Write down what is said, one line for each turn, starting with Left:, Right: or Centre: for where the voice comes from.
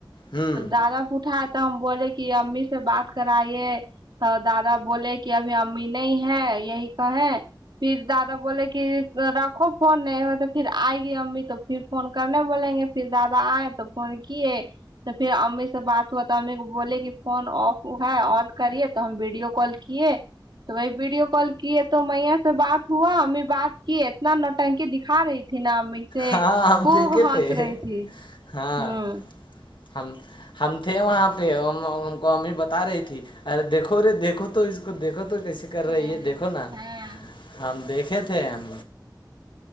Left: ہوں
Right: تو دادا اٹھاائے تو ہم بولے کہ امی سے بات کرائیے تو دادا بولے کہ ابھی امی نہیں ہے یہی کہیں پھر دادا بولے کہ رکھو فون نہیں ہو تو پھر آئے گی امی تو پھر فون کرنے بولیں گے پھر دادا آئ تو فون کیے تو پھر امی سے بات ہوا تو امی کو بولے کی فون آف ہے آن کریے تو ہم ویڈیو کال کیے تو وہی ویڈیو کال کیے تو میا سے بات ہوا امی بات کی اتنا نو ٹنکی دکھا رہی تھی نا امی سے
Left: ہاں ہم
Right: خوب
Left: دیکھے
Right: ہنس
Left: تھے
Right: رہی تھی
Left: ہاں
Right: ہمم
Left: ہم ہم تھے وہاں پے ان کو امی بتا رہی تھی ارے دیکھو راے دیکھو تو اس کو دیکھو تو کیسے کر
Right: ہاں
Left: رہی ہے دیکھو نا ہم دیکھے تھے ہم